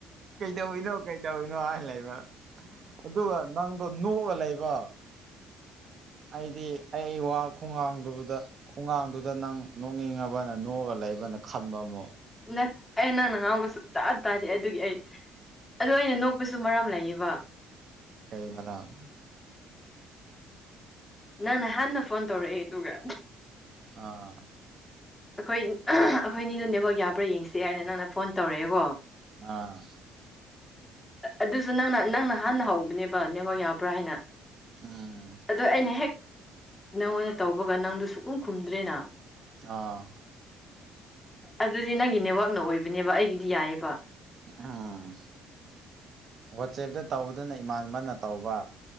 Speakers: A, on the right; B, on the left.
A: ꯀꯩꯗꯧꯔꯤꯅꯣ ꯀꯩꯗꯧꯔꯤꯅꯣ ꯍꯥꯏ ꯂꯩꯕ ꯫ ꯑꯗꯨꯒ ꯅꯪꯗꯣ ꯅꯣꯛꯑꯒ ꯂꯩꯕ ꯑꯩꯗꯤ ꯑꯩ ꯋꯥ ꯈꯨꯉꯥꯡꯗꯨꯗ ꯈꯨꯉꯥꯡꯗꯨꯗ ꯅꯪ ꯅꯣꯛꯅꯤꯡꯉꯕꯅ ꯅꯣꯛꯑꯒ ꯂꯩꯕꯅ ꯈꯟꯕ ꯑꯃꯨꯛ
B: ꯅꯠ ꯑꯩ ꯅꯪꯅ ꯉꯥꯡꯕ ꯁꯨꯛꯇꯥ ꯇꯥꯗꯦ ꯑꯗꯨꯒꯤ ꯑꯩ ꯑꯗꯨ ꯑꯩꯅ ꯅꯣꯛꯄꯁꯨ ꯃꯔꯝ ꯂꯩꯌꯦꯕ
A: ꯀꯩ ꯃꯔꯝ
B: ꯅꯪꯅ ꯍꯥꯟꯅ ꯐꯣꯟ ꯇꯧꯔꯛꯑꯦ ꯑꯗꯨꯒ
A: ꯑꯥ
B: ꯑꯩꯈꯣꯏ ꯑꯩꯈꯣꯏꯅꯤꯗꯨ ꯅꯦꯠꯋꯥꯛ ꯌꯥꯕ꯭ꯔꯥ ꯌꯦꯡꯁꯤ ꯍꯥꯏꯅ ꯅꯪꯅ ꯐꯣꯟ ꯇꯧꯔꯛꯑꯦꯀꯣ ꯫
A: ꯑꯥ
B: ꯑꯗꯨꯁꯨ ꯅꯪꯅ ꯅꯪꯅ ꯍꯥꯟꯅ ꯍꯧꯕꯅꯦꯕ ꯅꯦꯋꯥꯛ ꯌꯥꯕ꯭ꯔꯥ ꯍꯥꯏꯅ
A: ꯎꯝ
B: ꯑꯗꯣ ꯑꯩꯅ ꯍꯦꯛ ꯅꯪꯉꯣꯟꯗ ꯇꯧꯕꯒ ꯅꯪꯗꯨ ꯁꯨꯡꯈꯨꯝ ꯈꯨꯝꯗ꯭ꯔꯦꯅ ꯫
A: ꯑꯥ
B: ꯑꯗꯨꯗꯤ ꯅꯪꯒꯤ ꯅꯦꯠꯋꯥꯛꯅ ꯑꯣꯏꯕꯅꯦꯕ ꯑꯩꯒꯤꯗꯤ ꯌꯥꯏꯑꯕ
A: ꯎꯝ ꯋꯥꯆꯦꯞꯇ ꯇꯧꯕꯗꯅꯦ ꯏꯃꯥꯟꯅꯕ ꯇꯧꯕ